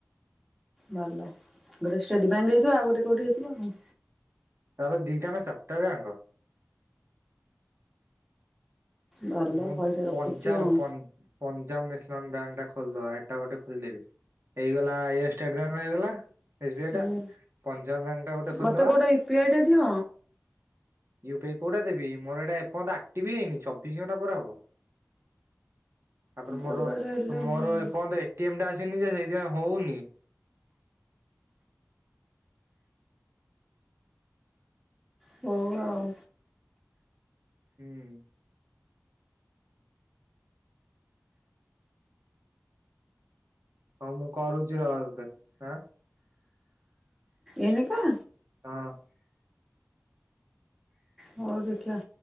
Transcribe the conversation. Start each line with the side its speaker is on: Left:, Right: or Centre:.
Centre: ଭଲ ଗୋଟେ ଷ୍ଟେଡ଼ ବ୍ୟାଙ୍କ ହେଇଥିବ ଆଉ ଗୋଟେ କୋଉଠି ହେଇଥିବ ଆଉ।
Right: ତାର ଦିଟା ନା ଚାରିଟା ବ୍ୟାଙ୍କ।
Centre: ଭଲ
Right: ମୁଁ
Centre: ପଇସା ରଖୁଛି
Right: ପଞ୍ଜାବ
Centre: ଆଉ
Right: ପଞ୍ଜାବ ନେ ନେସନାଲ ବ୍ୟାଙ୍କ ଟା ଖୋଲିଦେବା ଏଟା ଗୋଟେ ଖୋଲି ଦେବି ହେଇଗଲା ଷ୍ଟେଡ଼ ବ୍ୟାଙ୍କ ଟା ହେଇଗଲା ଏସ ବି ଆଇ
Centre: ହୁଁ
Right: ଟା ପଞ୍ଜାବ ବ୍ୟାଙ୍କ ଟା ଗୋଟେ ଖୋଲିଦବା
Centre: ମତେ ଗୋଟେ ୟୁପିଆଇ ଟା ଦିଅ
Right: ୟୁି ପି ଆଇ କୋଉଟା ଦେବି ମୋର ଏଇଟା ଏପର୍ଯ୍ୟନ୍ତ ଆକ୍ଟିଭ ହେଇନି ବ ତାପରେ ମୋର
Centre: କୋଉଟା ଗୋଟେ ହେଲେ
Right: ମୋରନ୍ତ
Centre: ହୁଅନ୍ତା
Right: <inaudible> ନିଜେ ସେଇଥିପାଇଁ ହଉନି।
Centre: ହଉ ଆଉ।
Right: ହୁଁ ହଁ ମୁଁ କରୁଛି ରହ ତତେ
Centre: ଏଇନିକା
Right: ହଁ
Centre: ହଉ ଦେଖିଆ।